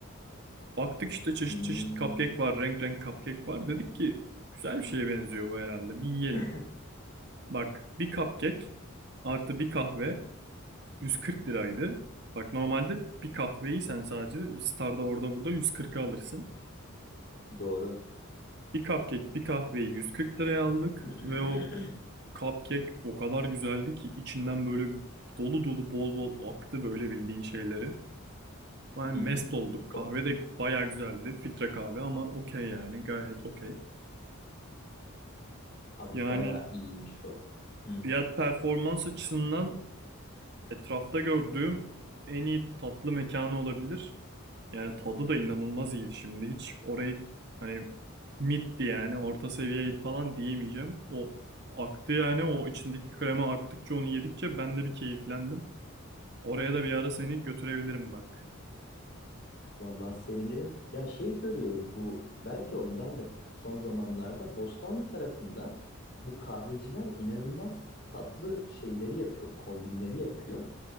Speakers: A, on the right; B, on the left.
A: Baktık işte çeşit
B: Hmm.
A: çeşit cupcake var. Renk renk cupcake var. Dedik ki güzel bir şeye benziyor bu herhalde. Bir yiyelim.
B: <clears throat>
A: Bak bir cupcake artı bir kahve 140 liraydı. Bak normalde bir kahveyi sen sadece Star'da orada burada 140'a alırsın.
B: Doğru.
A: Bir cupcake, bir kahveyi 140 liraya aldık
B: <clears throat>
A: ve o cupcake o kadar güzeldi ki içinden böyle dolu dolu bol bol aktı böyle bildiğin şeyleri. Yani mest
B: Hı hı.
A: olduk. Kahve
B: Hop.
A: de baya güzeldi. Filtre kahve ama okey yani gayet okey.
B: Abi
A: Yani
B: bayağı iyiymiş o. Hı.
A: fiyat performans açısından Etrafta gördüğüm en iyi tatlı mekanı olabilir. Yani tadı da inanılmaz iyiydi şimdi. Hiç orayı hani middi yani orta seviyeydi falan diyemeyeceğim. O aktı yani o içindeki krema aktıkça onu yedikçe ben de bir keyiflendim. Oraya da bir ara seni götürebilirim bak.
B: Vallahi sevinirim. Ya şey görüyorum bu belki ondandır. Son zamanlarda Bostanlı tarafında bu kahveciler inanılmaz tatlı şeyleri yapıyor, kombinleri yapıyor.